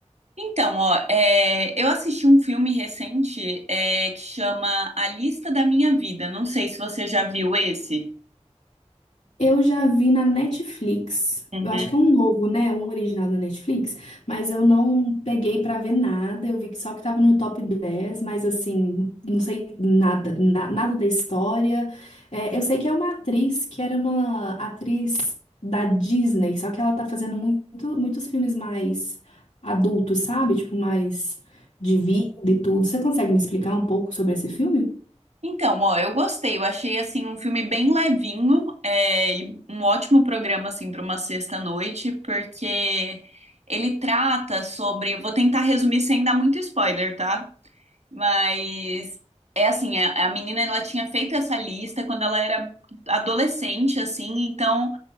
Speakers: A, on the right (about 70°); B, on the left (about 75°).
A: Então, ó, é, eu assisti um filme recente, é, que chama A Lista da Minha Vida. Não sei se você já viu esse.
B: Eu já vi na Netflix.
A: Uhum.
B: Eu acho que é um novo, né? Um original da Netflix, mas eu não peguei pra ver nada. Eu vi que só que tava no top 10, mas assim, não sei nada, na- nada da história. É, eu sei que é uma atriz que era uma atriz da Disney, só que ela tá fazendo muito, muitos filmes mais adultos, sabe? Tipo, mais de vida e tudo. Você consegue me explicar um pouco sobre esse filme?
A: Então, ó, eu gostei. Eu achei assim um filme bem levinho, é, e um ótimo programa assim para uma sexta-noite, porque ele trata sobre. Vou tentar resumir sem dar muito spoiler, tá? Mas é assim, a, a menina ela tinha feito essa lista quando ela era adolescente, assim, então